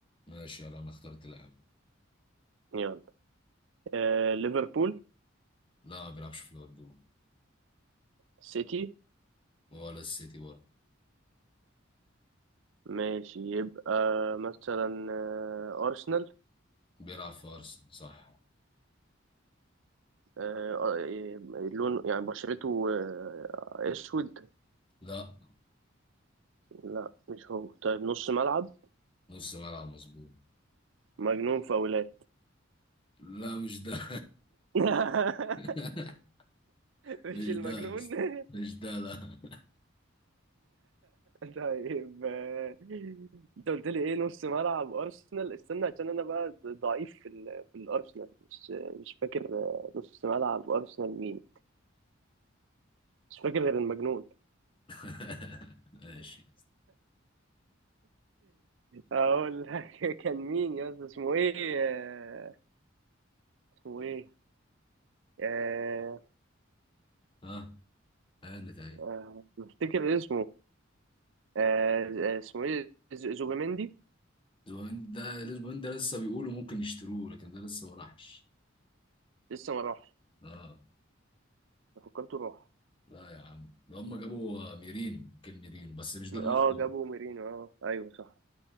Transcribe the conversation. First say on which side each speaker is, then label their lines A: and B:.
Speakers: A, on the left; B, on the right.
A: ماشي يلا انا اخترت لاعب
B: يلا آه ليفربول
A: لا ما بيلعبش في ليفربول
B: سيتي
A: ولا السيتي برضه
B: ماشي يبقى مثلا آه، أرسنال
A: بيلعب في ارسنال صح
B: آه، آه، لون يعني بشرته آه، أسود
A: لا
B: لا مش هو طيب نص ملعب
A: نص ملعب مظبوط
B: مجنون فاولات
A: لا مش ده
B: <laughs>
A: <laughs>
B: مش
A: مش
B: المجنون
A: ده بس.
B: <laughs>
A: مش ده لا
B: طيب آه، انت قلت لي ايه نص ملعب ارسنال استنى عشان انا بقى ضعيف في ال- في الارسنال مش مش فاكر آه، نص ملعب ارسنال مين مش فاكر غير المجنون
A: <laughs> ماشي
B: اقول لك <laughs> كان مين يا اسطى اسمه ايه آه، اسمه ايه آه،
A: ها هانت اهي
B: آه، بفتكر اسمه آه، آه، اسمه ايه ز- زوبيمندي
A: زوين ده الاسبوعين ده لسه بيقولوا ممكن يشتروه لكن ده لسه ما راحش
B: لسه ما راحش
A: اه
B: أنا فكرته راح
A: لا يا عم ده هم جابوا ميرين كان ميرين بس مش ده اللي انا
B: اه
A: اخترته
B: جابوا ميرينو اه ايوه صح